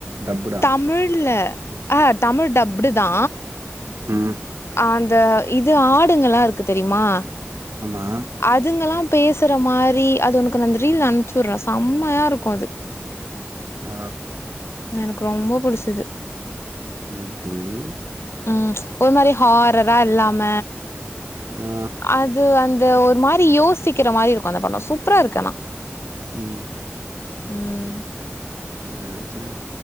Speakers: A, on the right (about 80°); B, on the left (about 70°).
A: டப்புடா
B: தமிழ்ல ஆஹ் தமிழ் டப்புடுதா
A: ம்
B: அந்த இது ஆடுங்கல்லா இருக்கு தெரியுமா
A: ஆமா
B: அதுங்கல்லா பேசுற மாரி அது உனக்கு நா அந்த ரீல் அம்ச்சுற்ற சம்மையா இருக்கு அது
A: ஆ
B: எனக்கு ரொம்ப புடிச்சிது
A: ம் ம்
B: ம் ஒரு மாரி ஹாரரா இல்லாம
A: ஆ
B: அது வந் து ஒரு மாரி யோசிக்கிற மாரி இருக்கு அந்த படோ சூப்பரா இருக்கானா
A: ம்
B: ம்
A: சேரி சேரி